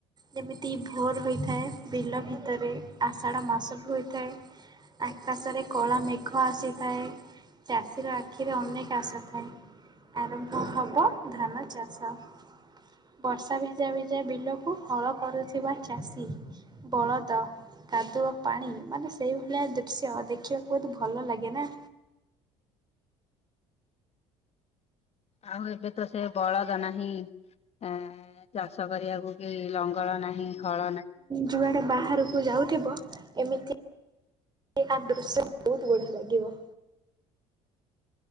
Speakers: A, on the right; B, on the left.
A: ଯେମିତି ଭୋର ହୋଇଥାଏ ବିଲ ଭିତରେ ଆଷାଢ଼ ମାସ ବି ହୋଇଥାଏ। ଆକାଶରେ କଳା ମେ ଆଖ ଆସିଥାଏ ଚାଷୀର ଆଖିରେ ଅନେକ ଆଶା ଥାଏ। ଆରମ୍ଭ ହବ ଧାନ ଚାଷ । ବର୍ଷା ଭିଜା ଭିଜା ବିଲକୁ ହଳ କରୁଥିବା ଚାଷୀ ବଳଦ କାଦୁଅ ପାଣି ମାନେ ସେଇଭଳିଆ ଦୃଶ୍ୟ ଦେଖିବାକୁ ବହୁତ ଭଲ ଲାଗେ ନା।
B: ଆଉ ଏବେ ତ ସେ ବଳଦ ନାହିଁ ଏ ଚାଷ କରିବାକୁ କି ଲଙ୍ଗ ଲଙ୍ଗଳ ନାହିଁ ହଳ ନାହିଁ।
A: ଯୁଆଡ଼େ ବାହାରକୁ ଯାଉଥିବ ଏମିତି ଏବେକା ଦୃଶ୍ୟ ବହୁତ ବଢ଼ିଆ ଲାଗିବ।